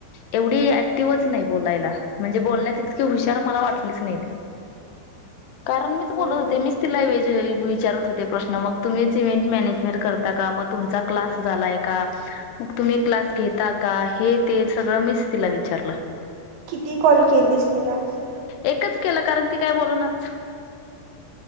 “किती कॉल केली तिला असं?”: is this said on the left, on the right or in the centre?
Right